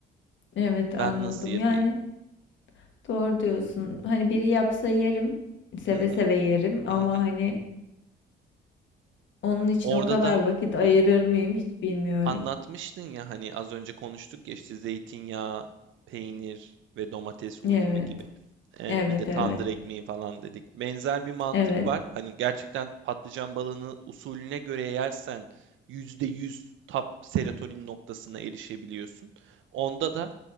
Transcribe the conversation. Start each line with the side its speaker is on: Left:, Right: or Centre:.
Left: Evet
Right: Ben
Left: anladım.
Right: nasıl yapayım?
Left: Yani doğru diyorsun. Hani biri yapsa yerim. Seve
Right: Hı hı,
Left: seve yerim ama
Right: hı hı.
Left: hani onun için
Right: Orada
Left: o kadar
Right: da
Left: vakit ayırır mıyım hiç bilmiyorum.
Right: Anlatmıştın ya hani az önce konuştuk ya işte zeytinyağı, peynir ve domates uyumu
Left: Evet.
Right: gibi. Ee,
Left: Evet
Right: bir de tandır
Left: evet.
Right: ekmeği falan dedik. Benzer bir mantık
Left: Evet.
Right: var. Hani gerçekten patlıcan balığını usulüne göre yersen %100 tap serotonin noktasına erişebiliyorsun. Onda da